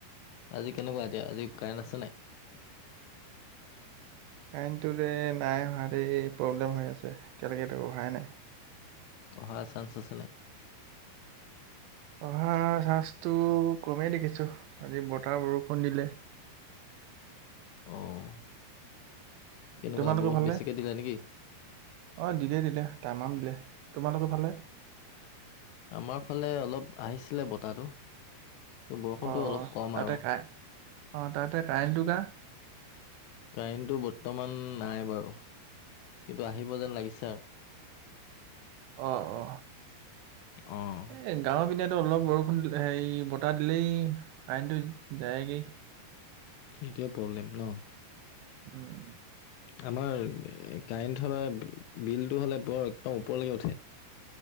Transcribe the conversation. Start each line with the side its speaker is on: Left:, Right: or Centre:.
Left: আজি কেনেকুৱা এতিয়া আজি কাৰেণ্ট আছে নাই।
Right: কাৰেণ্টটোৰে যে নাই অহা দেই প্ৰব্লেম হৈ আছে এতিয়ালৈকে অহাই নাই।
Left: অহাৰ চান্স আছে নে।
Right: অহা চান্সটো কমেই দেখিছো আজি বতাহ বৰষুণ দিলে।
Left: অঁ কেনেকুৱা
Right: তোমালোকৰ
Left: বহুত
Right: ফালে
Left: বেছিকে দিলে নেকি?
Right: অ দিলে দিলে তামাম দিলে তোমালোক ফালে।
Left: আমাৰ ফালে অলপ আহিছিলে বটাহটো। বৰষুণতো
Right: অ
Left: অলপ
Right: অ
Left: কম
Right: তাতে
Left: আৰু।
Right: কাৰে অ' তাতে কাৰেণ্টটো কা
Left: কাৰেণ্টটো বৰ্তমান নাই বাৰু কিন্তু আহিব যেন লাগিছে আৰু।
Right: অ-অ
Left: অ',
Right: এ গাঁও পিনে টো অলপ বৰষুণ হেৰি বতাহ দিলেই কাৰেন্টটো যায়ে গৈ।
Left: সেইটোয়ে প্ৰব্লেম ন।
Right: উম-উম,
Left: আমাৰ কাৰেণ্ট হলে বিলটো হলে বৰ একদম ওপৰলৈকে উঠে।